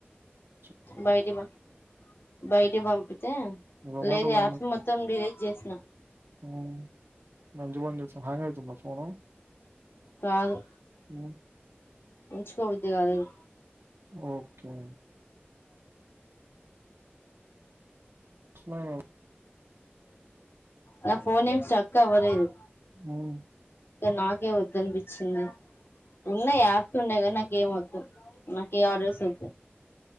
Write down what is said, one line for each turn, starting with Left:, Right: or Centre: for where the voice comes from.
Right: హు
Left: బయటికి పం బయటి పంపితే
Right: జొమాటోలో
Left: లేదు యాప్స్ మొత్తం డిలీ చేసిన
Right: హుమ్ మంచి పని చేసావ్ హ్యాంగ్ అవుతుందా ఫోను
Left: కాదు
Right: ఉ
Left: ఉంచుకోబుద్ది కాలేదు
Right: ఓకే స్మైల్ రో
Left: నా ఫోన్ ఏమ్ స్ట్రక్ అవలేదు
Right: అవును
Left: నాకే వద్దు అనిపిచ్చింది ఉన్నాయి యాప్స్ ఉన్నాయి కనీ నాకేం వద్దు నాకు ఏ ఆర్డర్స్ ఒద్దు